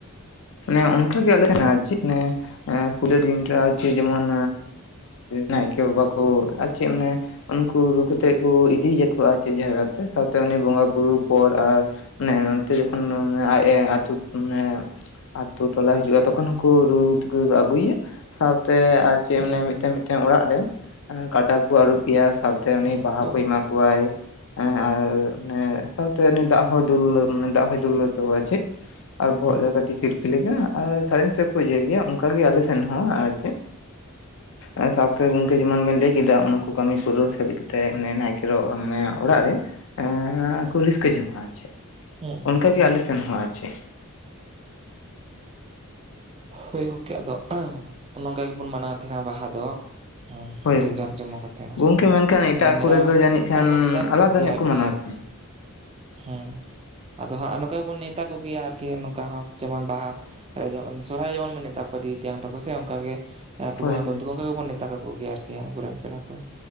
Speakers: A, on the left; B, on the right.
A: ᱢᱮ ᱚᱱᱠᱟᱜᱮ ᱟᱞᱮ <inaudible> ᱯᱳᱞᱳ ᱫᱤᱱ ᱟᱨ ᱪᱮᱫ
B: ᱦᱩᱸ
A: ᱡᱮᱢᱚᱱ ᱱᱟᱭᱠᱮ ᱵᱟᱵᱟ ᱠᱚ ᱟᱨ ᱪᱮᱫ ᱢᱟᱱᱮ ᱾ ᱩᱱᱠᱩ ᱨᱩ ᱠᱟᱛᱮᱫ ᱠᱚ ᱤᱫᱤᱭᱟᱠᱚ ᱟᱨ ᱪᱮᱫ ᱡᱟᱭᱜᱟᱛᱮ ᱥᱟᱶᱛᱮ ᱩᱱᱤ ᱵᱚᱸᱜᱟ ᱵᱩᱨᱩ ᱯᱚᱨ ᱟᱨ ᱢᱟᱱᱮ ᱱᱚᱱᱚᱛᱮ ᱡᱚᱠᱷᱚᱱ ᱢᱟᱱᱮ ᱟᱡ ᱮ ᱟᱛᱩ ᱢᱟᱱᱮ ᱾ ᱟᱛᱳ ᱴᱚᱞᱟ ᱦᱤᱡᱩᱜᱼᱟ ᱛᱚᱠᱷᱚᱱ ᱦᱚᱸᱠᱩ ᱨᱩ ᱛᱮᱠᱚ ᱟᱹᱜᱩᱭᱮᱭᱟ ᱥᱟᱶᱛᱮ ᱟᱨ ᱪᱮᱫ
B: ᱦᱩᱸ
A: ᱢᱟᱱᱮ ᱢᱤᱫᱴᱮᱱ
B: ᱦᱩᱸ
A: ᱾ ᱢᱤᱫᱴᱮᱱ ᱚᱲᱟᱜ ᱨᱮ ᱠᱟᱴᱟ ᱠᱚᱠᱚ ᱟᱹᱨᱩᱯᱮᱭᱟ ᱥᱟᱶᱛᱮ ᱩᱱᱤ
B: ᱦᱩᱸ ᱦᱮᱞᱳ
A: ᱵᱟᱦᱟ ᱠᱚᱭ ᱮᱢᱟ ᱠᱚᱣᱟᱭ ᱾ ᱦᱸ ᱟᱨ ᱱᱮ ᱥᱟᱶᱛᱮ ᱩᱱᱤ ᱫᱟᱜ ᱦᱚᱸ ᱫᱩᱞ ᱫᱟᱜ ᱦᱚᱸᱭ ᱫᱩᱞ ᱛᱟᱠᱚᱣᱟ ᱪᱮᱫ ᱾ ᱟᱨ ᱵᱚᱦᱚᱜ
B: ᱦᱩᱸ
A: ᱨᱮ ᱠᱟᱴᱤ ᱛᱤᱨᱯᱤᱞ ᱞᱮᱠᱟ ᱟᱨ ᱥᱟᱨᱮᱱ ᱥᱮᱫ ᱠᱚ ᱩᱡᱮᱨ ᱜᱮᱭᱟ ᱚᱱᱠᱟᱜᱮ ᱟᱞᱮ ᱥᱮᱱ ᱦᱚᱸ ᱟᱨ ᱪᱮᱫ ᱟᱨ ᱥᱟᱶ ᱛᱮ ᱜᱚᱝᱠᱮ ᱡᱮᱢᱚᱱ ᱵᱮᱱ ᱞᱟᱹᱭ ᱠᱮᱫᱟ ᱚᱱᱟ ᱠᱚ ᱠᱟᱹᱢᱤ ᱯᱩᱨᱟᱹᱣ ᱥᱮ ᱠᱟᱛᱮᱫ ᱚᱱᱮ ᱱᱟᱭᱠᱮ ᱢᱟᱱᱮ ᱚᱲᱟᱜ ᱨᱮ ᱮ ᱠᱚ ᱨᱟᱹᱥᱠᱟᱹ ᱡᱚᱝᱟ ᱟᱨ ᱪᱮᱫ
B: ᱦᱩᱸ ᱦᱩᱸ
A: ᱚᱱᱠᱟᱜᱮ ᱟᱞᱮ ᱥᱮᱱ ᱦᱚᱸ ᱟᱨ ᱪᱮᱫ
B: ᱦᱳᱭ ᱜᱚᱢᱠᱮ ᱟᱫᱚ ᱱᱚᱝᱠᱟ ᱜᱮᱵᱚᱱ ᱢᱟᱱᱟᱣ ᱛᱟᱦᱮᱱᱟ ᱵᱟᱦᱟ ᱫᱚ᱾ ᱦᱮᱸ
A: ᱦᱳᱭ
B: ᱟᱹᱰᱤ
A: ᱦᱳᱭ
B: ᱡᱟᱠ ᱡᱚᱢᱚᱠ ᱠᱟᱛᱮᱜ
A: ᱜᱚᱝᱠᱮ
B: ᱟᱨᱠᱤ
A: ᱢᱮᱱᱠᱷᱟᱱ ᱮᱴᱟᱜ
B: ᱟᱨ
A: ᱠᱚᱨᱮ
B: ᱱᱮᱛᱟᱨ
A: ᱫᱚ ᱡᱟᱹᱱᱤᱡ ᱠᱷᱟᱱ
B: ᱟᱨᱵᱚᱱ ᱱᱮᱛᱟ ᱠᱚᱜᱮᱭᱟ
A: ᱟᱞᱟᱫᱟ ᱧᱚᱜ
B: ᱟᱨᱠᱤ
A: ᱠᱚ ᱢᱟᱱᱟᱣ
B: ᱾
A: <unintelligible>
B: ᱦᱮᱸ ᱟᱫᱚ ᱦᱟᱸᱜ ᱱᱚᱝᱠᱟᱵᱚᱱ ᱱᱮᱛᱟ ᱠᱚᱜᱮᱭᱟ ᱟᱨᱠᱤ ᱱᱚᱝᱠᱟ ᱦᱚᱸ᱾ ᱡᱮᱢᱚᱱ ᱵᱟᱦᱟ ᱨᱮ ᱡᱮᱢᱚᱱ ᱥᱚᱨᱦᱟᱭ ᱡᱮᱢᱚᱱ ᱢᱮᱱᱮᱫ ᱛᱟᱠᱚ ᱫᱤ ᱛᱮᱭᱟᱱ ᱛᱟᱠᱚ ᱥᱮ ᱚᱱᱠᱟᱜ ᱜᱮ᱾ ᱦᱮᱸ ᱠᱩᱢᱟᱨ
A: ᱦᱳᱭ
B: ᱦᱟᱛᱚᱢ
A: ᱦᱳᱭ
B: ᱛᱮ ᱠᱚ ᱜᱮᱵᱚᱱ ᱱᱮᱛᱟ ᱠᱚᱜᱭᱟᱨᱠᱤ ᱜᱮᱭᱟ ᱟᱵᱚᱨᱮᱱ ᱯᱮᱲᱟ ᱠᱚ